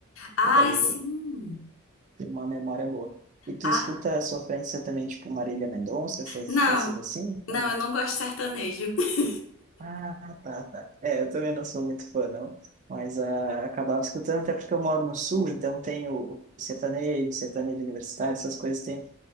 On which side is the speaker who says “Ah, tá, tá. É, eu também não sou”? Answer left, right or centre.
Right